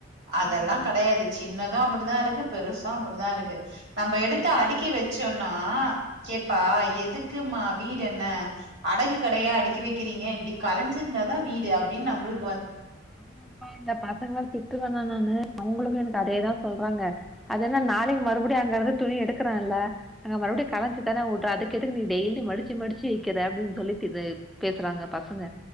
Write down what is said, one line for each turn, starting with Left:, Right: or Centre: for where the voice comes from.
Right: அதெல்லா
Centre: ஆமா
Right: கெடயாது சின்ன து அப்புடிதா இருக்கு பெருசு அப்புடிதா இருக்கு நம்ம
Centre: எனக்கு
Right: எடுத்து அடுக்கி வச்சோன் னா கேப்பா
Centre: ஆ
Right: எதுக் க்குமா வீடு என்ன அடகு கடையா அடுக்கி வக்கிறீங்க இப்டி கலைஞ்சிருந்தாதா வீடு அப்டின் நம்ளுக்கு
Centre: ஆமாப்பா இந்த பசங்கள திட்டுவனா நானு அவங்ளுக்கு எனக்கு அதேதா சொல்றாங்க அது என்னா நாளைக்கு மறுபடியும் அங்கருந்து துணி எடுக்கறல அங்க மறுபடியும் கலஞ்சி தானே வுட்ற அதுக்கெதுக்கு நீ டெய்லி மடிச்சு மடிச்சு வக்கிற அப்டின் சொல்லி திட் பேசறாங்க பசங்க